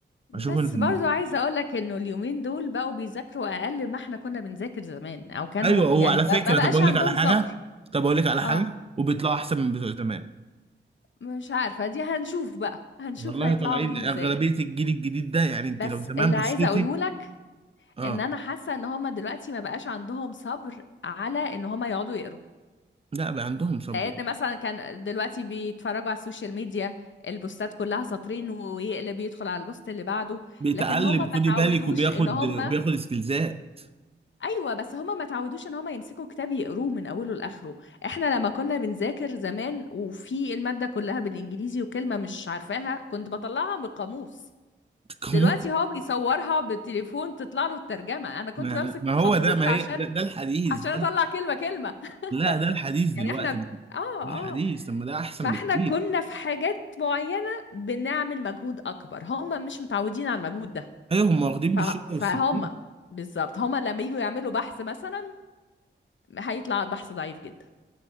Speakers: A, on the left (about 70°); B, on the right (about 30°).
A: بس
B: اشوف ان
A: برضو عايزة اقولك انه اليومين دول بقوا بيذاكروا اقل ما احنا كنا بنذاكر زمان او كانوا
B: ايوه هو
A: يعني
B: على
A: ب-
B: فكره
A: ما بقاش
B: طب اقول
A: عندهم
B: لك على حاجه
A: صبر
B: طب اقول لك على
A: اه
B: حاجه وبيطلعوا احسن من بتوع زمان
A: مش عارفة دي هنشوف بقى <laughs> هنشوف
B: والله
A: هيطلعوا
B: طالعين
A: عاملين
B: اغلبيه
A: ازاي
B: الجيل الجديد ده يعني انت
A: بس
B: لو زمان
A: اللي
B: بصيتي
A: عايزة اقوله لك
B: اه
A: ان انا حاسة ان هما دلوقتي ما بقاش عندهم صبر على ان هما يقعدوا يقروا
B: لا بقى عندهم صبر
A: لان مثلا كان دلوقتي بيتفرجوا على السوشيال ميديا البوستات كلها سطرين ويقلب يدخل على البوست اللي بعده
B: بيتعلم
A: لكن هما ما
B: خدي
A: تعودوش
B: بالك وبياخد
A: ان هما
B: بياخد سكيلزات
A: ايوه بس هما ما تعودوش ان هما يمسكوا كتاب يقروه من اوله لاخره احنا لما كنا بنذاكر زمان وفي المادة كلها بالانجليزي وكلمة مش عارفاها كنت بطلعها من القاموس
B: كموسيقى
A: دلوقتي هو بيصورها بالتليفون تطلع له الترجمة انا كنت
B: ما
A: بمسك
B: ما هو
A: قاموس
B: ده ما
A: عشان
B: هي ده, ده الحديث
A: عشان
B: ده
A: اطلع كلمة كلمة
B: لا ده الحديث
A: <laughs>
B: دلوقتي
A: يعني احنا اه
B: ده
A: آه.
B: الحديث طب ما ده احسن
A: فاحنا
B: بكتير
A: كنا في حاجات معينة بنعمل مجهود أكبر هم مش متعودين على المجهود ده
B: ايوه هم واخدين بالشوكه
A: ف- فهم
B: والسكين
A: بالظبط هم لما يجوا يعملوا بحث مثلا هيطلع البحث ضعيف جدا